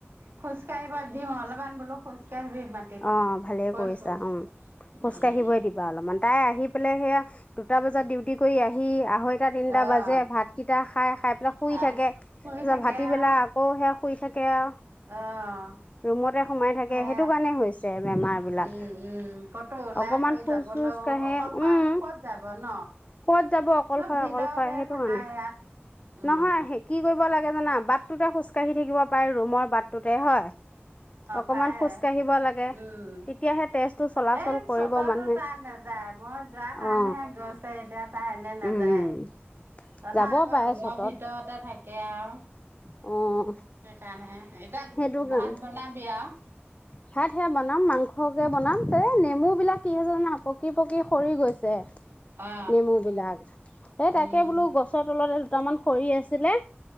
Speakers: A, on the right; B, on the left.
A: খোজ কাঢ়িব দিওঁ অলপ আন বোলো। খোজকাঢ়িবি মাটিত
B: অ ভালেই
A: কৈছো
B: কৰিছা উম খোজ
A: উম
B: কাঢ়িবই দিবা অলপমান তাই আহি পেলাই- সেয়া দুটা বজাত ডিউটি কৰি আহি- আঢ়ৈটা তিনিটা
A: আহ
B: বাজে ভাতকেইটা খাই খাই পেলাই শুই
A: আহ
B: থাকে তাৰপিছত
A: শুই থাকে
B: ভাটি বেলা
A: আও
B: আকৌ সেই- শুই থাকে আও
A: অহ
B: ৰুমতে সোমাই থা
A: হে
B: সেইটো কাৰণে হৈছে বেমাৰ বিলাক
A: উম উম ক'তো ওলাই
B: অকমান
A: কৰি
B: খোজ
A: যাবলৈও
B: চোজ কাঢ়ে
A: অকলশৰেনো
B: উম-
A: ক'ত যাব ন
B: কত যাব অকলশয়
A: চব ভিতৰতে
B: অকলশয় সেইটো
A: থাকা
B: কাৰণে
A: ইয়াত উম
B: নহয় কি কৰিব লাগে জানা- বাটটোতে খোজ কঢ়ি থাকিব পাৰে ৰুমৰ বাটটোতে হয়। অকমান
A: পাই
B: খোজ কাঢ়িব লাগে
A: উম
B: তেতিয়াহে তেজটো চলাচল
A: এই
B: কৰিব
A: চততো
B: মানুহে
A: তান নাযায় মই- যোৱা কাৰণহে
B: অ
A: গৈছে এতিয়া চা এনে নাযায়।
B: উম
A: তানা
B: যাব
A: আকৌ
B: পাৰে
A: ৰুমৰ
B: চতত
A: ভিতৰতে থাকে আও
B: অ
A: সেইকাৰণেহে এতিয়া
B: সেইটো কাৰণে
A: ভাত বনাবি আও
B: ভাত সেয়া বনাম মাংসকে বনাম এ নেমু বিলাক কি হৈছে জানা পকি পকি সৰি গৈ- পিছে
A: অ
B: নেমু বিলাক এই তাকে
A: উম
B: বোলো গছৰ তলতে দুটামান সৰি আছিলে।